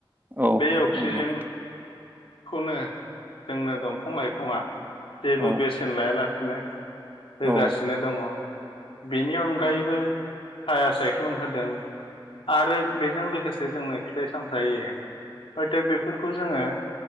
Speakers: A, on the right; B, on the left.
A: औ
B: बे अक्सिजेनखौनो
A: नंगौ
B: जोंनो दंफां लाइफाङा जेबो
A: औ
B: बेसेन लायालासिनो होगासिनो
A: औ
B: दङ' बेनि अनगायैबो साया सायख्लुम होदों आरो बेजों लोगोसे जोंनो फिथाइ सामथाय हयथ' बेफोरखौ जोङो